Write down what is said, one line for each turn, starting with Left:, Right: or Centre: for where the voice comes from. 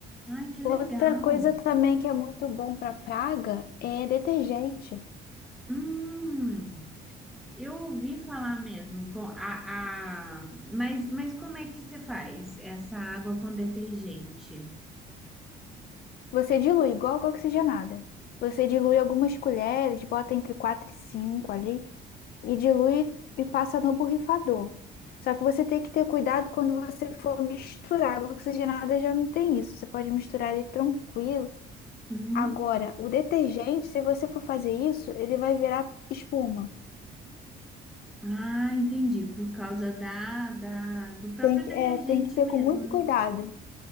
Centre: Ai, que legal.
Left: Outra coisa também que é muito bom para praga é detergente.
Centre: Hum, eu ouvi falar mesmo com a, a... Mas, mas como é que você faz essa água com detergente?
Left: Você dilui igual água oxigenada. Você dilui algumas colheres, bota entre 4 e 5 ali, e dilui e passa no borrifador. Só que você tem que ter cuidado quando você for misturar. Água oxigenada já não tem isso. Você pode misturar ele tranquilo
Centre: Uhum.
Left: Agora, o detergente, se você for fazer isso, ele vai virar espuma.
Centre: Ah, entendi. Por causa da, da, do próprio
Left: Tem que,
Centre: detergente
Left: é, tem que ser
Centre: mesmo,
Left: com muito
Centre: né?
Left: cuidado.